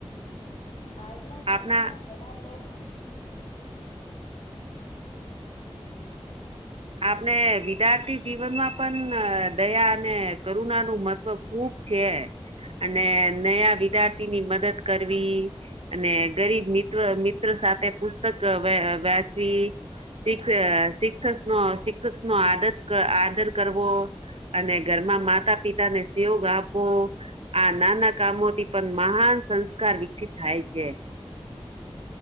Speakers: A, on the left; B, on the right.
A: આજના સમયમાં
B: આપણા
A: ઘણા લોકો
B: આપણે વિદ્યાર્થી જીવનમાં પણ દયા અને કરુણા નું મહત્વ ખુબ છે અને નયા વિદ્યાર્થીની મદદ કરવી અને ગરીબ મિત્ર મિત્ર સાથે પુસ્તક વાંચવી સીષ શિક્ષક નો શિક્ષક નો આદર આદર કરવો અને ઘરમાં માતા પિતાને સયોગ આપવો. આ નાના કામોથી પણ મહાન સંસ્કાર વિકસિત થાય છે.